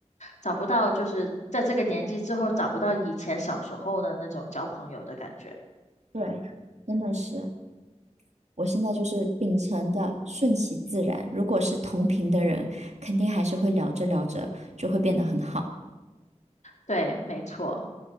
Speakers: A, on the left; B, on the right.
A: 找不到，就是在这个年纪之后找不到以前小时候的那种交朋友的感觉。
B: 对，真的是，我现在就是秉承的顺其自然。如果是同频的人，肯定还是会聊着聊着就会变得很好。
A: 对，没错，